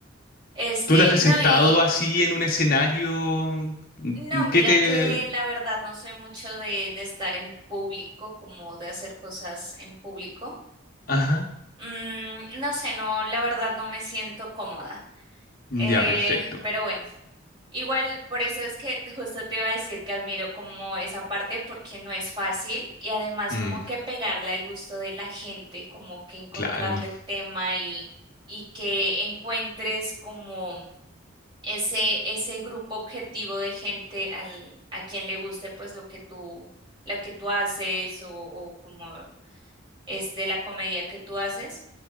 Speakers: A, on the right (about 25°); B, on the left (about 45°).
A: Este,
B: ¿Tú te has presentado
A: no, y
B: así en un escenario mm,
A: no, mira
B: que te...
A: que la verdad no soy mucho de, de estar en público, como de hacer cosas en público.
B: Ajá.
A: Mm, no sé, no, la verdad no me siento cómoda.
B: Ya,
A: Eh,
B: perfecto.
A: pero bueno, igual por eso es que justo te iba a decir que admiro como esa parte porque no es fácil y además
B: Mm,
A: como que pegarle al gusto de la gente, como que encontrarle
B: claro.
A: el tema y, y que encuentres como ese, ese grupo objetivo de gente al, a quien le guste pues lo que tú, lo que tú haces o, o como este, la comedia que tú haces